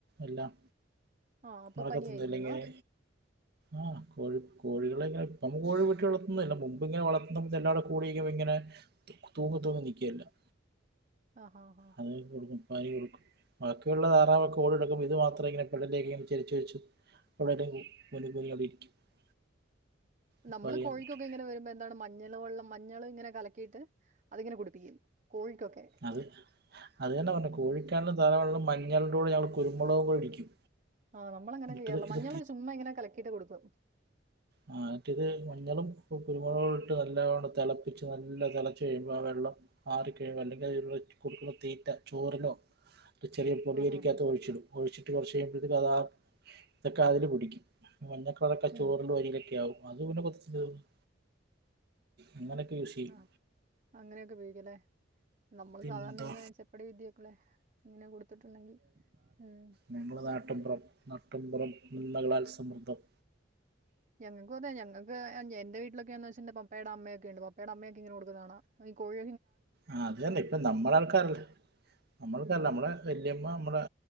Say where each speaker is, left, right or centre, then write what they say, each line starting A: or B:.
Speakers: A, on the right (about 55°); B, on the right (about 40°).
A: എല്ലാം
B: ആ അപ്പൊ
A: നടക്കതൊന്നുമില്ല
B: പനിയായിരിക്കുന്നാ
A: ഇങ്ങനെ ആഹ് കോഴി കോഴികളെ ഇപ്പ നമ്മ കോഴിയെ വീട്ടി വളർത്തുന്നില്ല മുമ്പ് ഇങ്ങന വളർത്തുമ്പം എല്ലാ കൂടി നിക്കുമ്പോ ഇങ്ങനെ തൂങ്ങി തൂങ്ങി നിക്കും എല്ലാം
B: ആഹ് ആഹ് ആഹ്
A: അത് കൊടുക്കും <unintelligible> കൊടുക്കും ബാക്കിയുള്ള താറാവൊക്കെ ഓടി നടക്കുമ്പോ ഇത് മാത്രം ഇങ്ങനെ പെഡലിയൊക്കെ ഇങ്ങനെ ചരിച്ച് വെച്ചു <unintelligible> അപ്പം
B: നമ്മള്
A: അറിയാൻ
B: കോഴിക്കൊക്കെ
A: പറ്റും
B: ഇങ്ങനെ വരുമ്പോ എന്താണ് മഞ്ഞൾ വെള്ളം മഞ്ഞൾ ഇങ്ങനെ കലക്കിയിട്ട് അതിങ്ങനെ കുടുപ്പികും കോഴിക്കൊക്കെ
A: അത് അത് തന്നെ പറഞ്ഞെ കോഴിക്കാണെങ്കിലും
B: ഉം
A: താറാവിനാണെങ്കിലും മഞ്ഞളിന്റെ കൂടെ ഞങ്ങൾ കുരുമുളകും കൂടെ ഇടിക്കും.
B: ആഹ് നമ്മളങ്ങനെ
A: ഇട്ടത്
B: ചെയ്യാറില്ല
A: ഇത്
B: മഞ്ഞള് ചുമ്മാ ഇങ്ങനെ കലക്കിയിട്ട് കൊടുക്കും.
A: ആഹ് മറ്റേത് മഞ്ഞളും കുരുമുളകും ഇട്ട് നല്ലതോണം തിളപ്പിച്ച് നല്ല തിളച്ച് കഴിയുമ്പോൾ ആ വെള്ളം ആറികഴിയുമ്പോ അല്ലെങ്കിൽ അതിന് കൊടുക്കുന്ന തീറ്റ ചോറിലോ ഒരു ചെറിയ പൊടിയരികാത്ത്
B: ആഹ് ആഹ് ആഹ്
A: ഒഴിച്ചിടും ഒഴിച്ചിട്ട് കുറച്ച് കഴിയുമ്പോഴത്തേക്കും അത് ആ ഇതക്കെ അതില് പിടിക്കും. മഞ്ഞക്കളറൊക്കെ
B: ഉം
A: ചോറിൽ വാരി <unintelligible> അങ്ങനെയൊക്കെ യൂസ് ചെയ്യും
B: ആഹ് അങ്ങനെയൊക്കെ ഉപയോഗിക്കും അല്ലെ നമ്മള്
A: പിന്നെന്താ
B: സാധാരണ ഇങ്ങനെ ചെപ്പടി വിദ്യയൊകെയുള്ള ഇങ്ങനെ കൊടുത്തിട്ടുണ്ടെങ്കി ഉം
A: ഞമ്മളെ നാട്ടിൻപുറം നാട്ടിൻപുറം നന്മകളാൽ സമൃദ്ധം
B: ഞങ്ങക്കും അതെ ഞങ്ങക്ക് എന്റെ വീട്ടിലൊക്കെയാന്ന് വെച്ചട്ട് പപ്പയുടെ അമ്മയൊക്കെ ഉണ്ട് പപ്പയുടെ അമ്മയൊക്കെ ഇങ്ങനെ കൊടുക്കുന്ന കാണാം അത് ഈ കോഴി
A: ആഹ് അതന്നെ ഇപ്പ നമ്മള ആൾക്കാരല്ലേ നമ്മൾക്കല്ലാ
B: ഉം
A: നമ്മള് വല്യമ്മ നമ്മുടെ